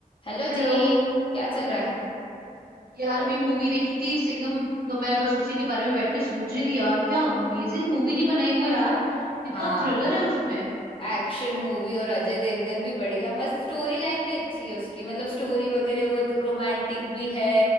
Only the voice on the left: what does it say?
Hello
जी क्या चल रहा है
हाँ
एक्शन मूवी और अजय देवगन भी बढ़िया मस्त स्टोरी लाइन भी अच्छी है उसकी मतलब स्टोरी वगैरह वो रोमांटिक भी है